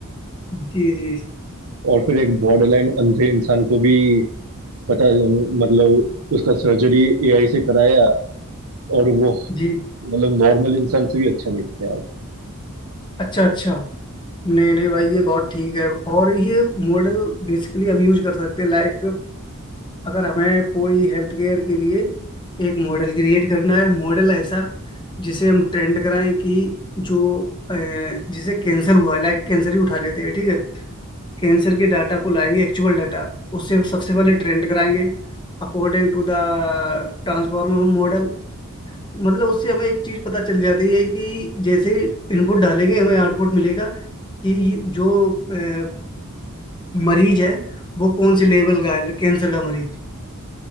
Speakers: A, on the left; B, on the right.
A: जी जी जी
B: और फिर एक बॉर्डर लाइन अंधे इंसान को भी पता मतलब उसका सर्जरी एआई से कराया और वो
A: जी
B: मतलब नॉर्मल इंसान से भी अच्छा दिखता है अब।
A: अच्छा अच्छा नहीं नहीं भाई ये बहुत ठीक है और ये मॉडल बेसिकली हम यूज कर सकते हैं लाइक अगर हमें कोई हेल्थ केयर के लिए एक मॉडल क्रिएट करना है मॉडल ऐसा जिसे हम ट्रेंड कराएं कि जो अ, जिसे कैंसर हुआ है लाइक कैंसर ही उठा लेते हैं ठीक है कैंसर के डाटा को लाएंगे एक्चुअल डाटा उससे सबसे पहले ट्रेंड कराएंगे according to the transformer model मतलब उससे हमें एक चीज पता चल जाती है कि जैसे इनपुट डालेंगे हमें आउटपुट मिलेगा कि ये जो अ, मरीज है वो कौन से लेवल का है कैंसर का मरीज